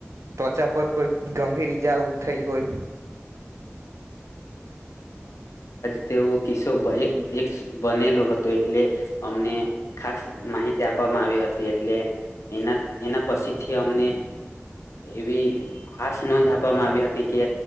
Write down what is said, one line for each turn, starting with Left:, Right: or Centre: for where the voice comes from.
Right: ત્વચા પર કોઈ ગંભીર ઈજાઓ થઈ હોય
Left: તેવું કિસ્સો એક એક બનેલો હતો એટલે અમને ખાસ માહિતી આપવામાં આવી હતી એટલે એના એના પસીથી અમને એવી ખાસ નોંધ આપવામાં આવી હતી કે